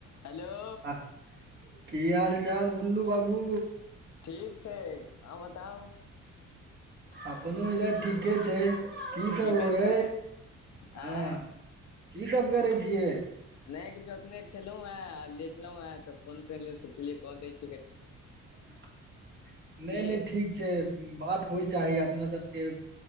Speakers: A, on the left; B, on the right.
A: Hello
B: आह की हाल चाल भुल्लू बाबू
A: ठीक छै अ बताउ
B: अपनो इधर ठीके छै की सब
A: ठीके
B: हो ह
A: छै आँय
B: हँ की सब करै छियै
A: नहि किछु अखने खेलहुं हें आ लेटलो हें तऽ फोन कले सोचलिये कऽ द छी
B: नहि
A: की
B: नहि ठीक छै बात होइ चाही अपना सबके